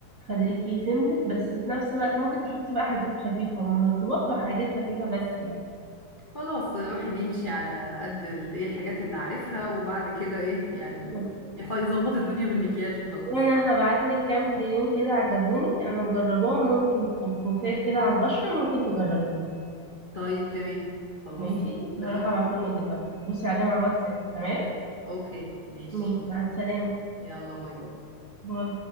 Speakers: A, on the right; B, on the left.
A: خليكي سيمبل بس في نفس الوقت ممكن تحطي بقى حاجات خفيفة مرطبات وحاجات خفيفة بس يعني
B: خلاص الواحد يمشي على قد ال- ايه الحاجات اللي عارفها وبعد كده ايه يعني
A: بس.
B: يح- يظبط الدنيا بالمكياج وخلاص
A: وانا هبعت لك كام كريم كده عجبوني انا مجرباهم ممكن وخفاف كده على البشرة ممكن تجربيهم
B: طيب تمام خلاص
A: ماشي
B: اتفقنا
A: هروح ابعتهم لك دلوقتي بصي عليهم على الواتساب تمام
B: اوكي ماشي
A: ماشي مع السلامة
B: يلا باي باي
A: باي